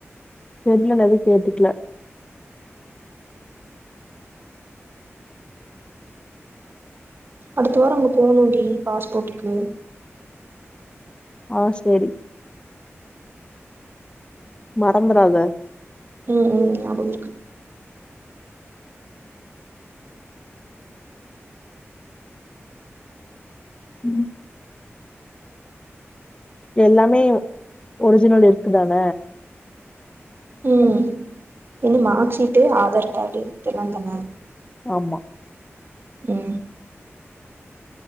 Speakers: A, on the left (about 20°); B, on the right (about 50°).
A: தெர்ல நா எது கேட்டுக்ல
B: அடுத்த வாரோ அங்க போணுன்டி பாஸ்போட்டுக்கு
A: அ செரி மறந்துறாத
B: ம் ம் ஞாபக இருக்கு
A: ம் எல்லாமே ஒ ஒரிஜினல் இருக்குதான
B: ம் <unintelligible> மார்க்ஷீட்டு ஆதார் காடு இதெல்லாதான
A: ஆமா
B: ம்